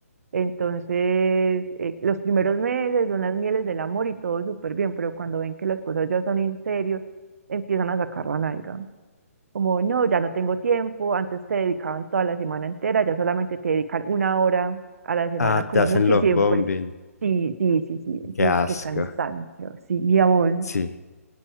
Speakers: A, on the right (about 65°); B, on the left (about 80°).
A: Entonces, eh, los primeros meses son las mieles del amor y todo súper bien, pero cuando ven que las cosas ya son en serio, empiezan a sacar la nalga. Como, no, ya no tengo tiempo, antes te dedicaban toda la semana entera, ya solamente te dedican una hora a la semana
B: Ah,
A: como
B: te hacen
A: mucho
B: love
A: y siempre.
B: bombing.
A: Sí, sí, sí, sí. Entonces,
B: Qué asco.
A: qué cansancio. Sí, y a vos.
B: Sí.